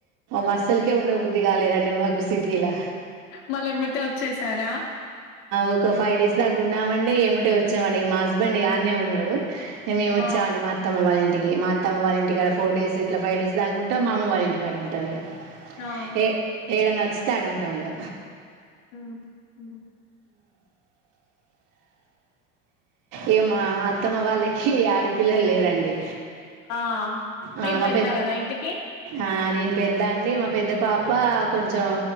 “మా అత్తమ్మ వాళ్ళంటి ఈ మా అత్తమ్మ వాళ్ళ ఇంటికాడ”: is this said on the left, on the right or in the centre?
Right